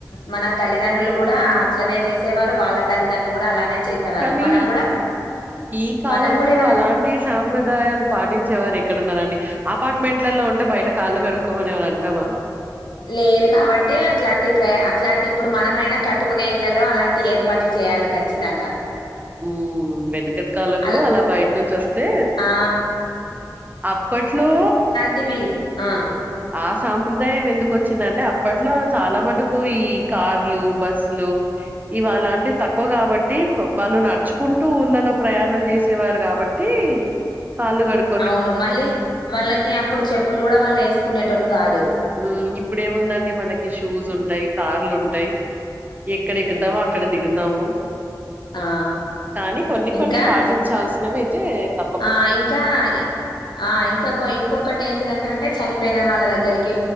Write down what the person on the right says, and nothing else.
కానీ
ఈ కాలంలో
అలాంటి సాంప్రదాయాలు పాటించే వారు ఎక్కడున్నారంండి అపార్ట్మెంట్లలో ఉంటే బయట కాళ్ళు కడు కొమ్మని ఏమనా అంటామా
ఉ వెనుకటి కాలంలో
అలా బయట నుంచి వస్తే
అప్పట్లో
ఆ సాంప్రదాయం ఎందుకు వచ్చిందంటే అప్పట్లో చాలా మటుకు ఈ కార్లు బస్సులు ఇవాలాంటివి తక్కువ కాబట్టి వాళ్ళు నడుచుకుంటూ ఊళ్ళలో ప్రయాణం చేసేవారు కాబట్టి కాళ్లు కడుక్కునేవారు
ఉ ఇప్పుడేముందండి మనకి షూస్ ఉంటాయి కార్లు ఉంటాయి ఎక్కడ
ఎక్కుతావో అక్కడ దిగుతావు
కానీ కొన్ని
కొన్ని పాటించాల్సినవి అయితే తప్ప